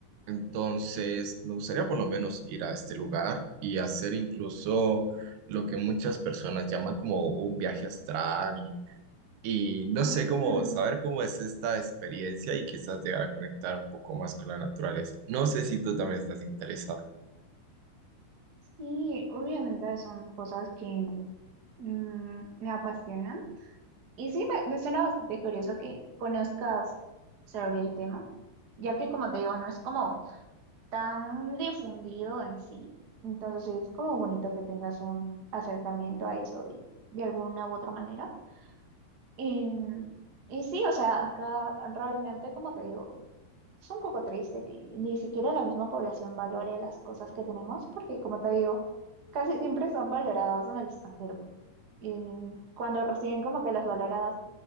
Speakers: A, on the right (about 80°); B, on the right (about 55°).
A: Entonces, me gustaría por lo menos ir a este lugar y hacer incluso lo que muchas personas llaman como un viaje astral y no sé
B: Mm,
A: cómo saber cómo es esta experiencia y quizás llegar a conectar un poco más con la naturaleza. No sé si tú también estás interesada.
B: sí, obviamente son cosas que mm, me apasionan. Y sí, me, me suena bastante curioso que conozcas sobre el tema, ya que como te digo, no es como tan difundido en sí, entonces sí, es como bonito que tengas un acercamiento a eso de, de alguna u otra manera. Y, y sí, o sea, acá realmente, como te digo, es un poco triste que ni siquiera la misma población valore las cosas que tenemos, porque como te digo, casi siempre son valoradas en el extranjero. Y cuando recién como que las valoradas